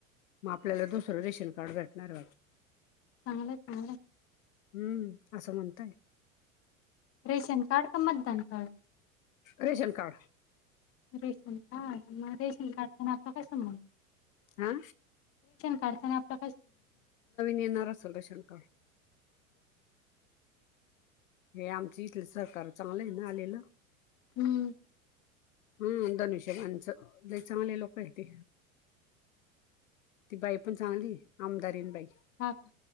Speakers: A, on the left; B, on the left.
A: मग आपल्याला दुसरं रेशन कार्ड भेटणार
B: चांगलं चांगलं
A: हम्म असं म्हणतय
B: रेशन कार्ड का मतदान कार्ड
A: रेशन कार्ड
B: रेशम का मग रेशीम काढताना आता कसं म्हणत
A: आा
B: कारखना प्र
A: येणार असेल रेशन कार्ड हे आमचं इथलं सरकार चांगलं आहे ना आलेलं
B: हम्म
A: हम धनुष्यबणचं जे चांगले लोक आहेत ते ती बाई पण चांगली आमदार येन बाई
B: हा का